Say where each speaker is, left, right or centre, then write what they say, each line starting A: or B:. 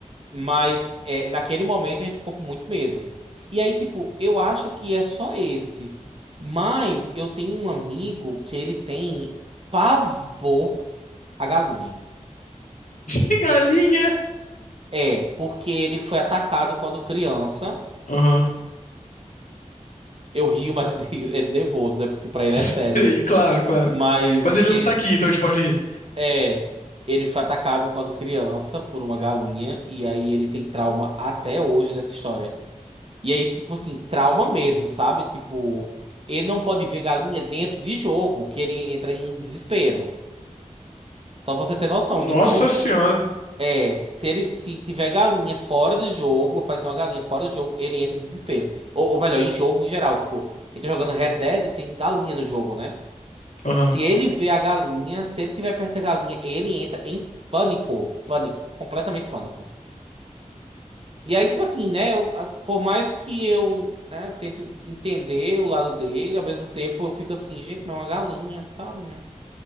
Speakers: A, on the right (about 45°); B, on the left (about 80°).
A: Mas é, naquele momento a gente ficou com muito medo. E aí, tipo, eu acho que é só esse. Mas eu tenho um amigo que ele tem pavor à galinha.
B: De galinha.
A: É, porque ele foi atacado quando criança.
B: Aham.
A: Eu rio, mas <laughs> é de nervoso, né? Porque pra ele
B: Sim,
A: é sério isso.
B: claro, claro.
A: Mas
B: Mas ele
A: ele
B: não tá aqui, então a gente pode rir.
A: é, ele foi atacado quando criança por uma galinha e aí ele tem trauma até hoje dessa história. E aí, tipo assim, trauma mesmo, sabe? Tipo, ele não pode ver galinha dentro de jogo, que ele entra em desespero. Só pra você ter noção
B: Nossa
A: de quão
B: senhora.
A: é, se ele, se tiver galinha fora de jogo, aparecer uma galinha fora de jogo, ele entra em desespero. Ou, ou melhor, em jogo em geral, tipo, ele tá jogando Red Dead e tem galinha no jogo, né? Se
B: Aham.
A: ele vê a galinha, se ele tiver perto da galinha, ele entra em pânico, pânico, completamente pânico. E aí, tipo assim, né? eu- as- por mais que eu, né, tento entender o lado dele, ao mesmo tempo eu fico assim, gente, mas é uma galinha, sabe? né?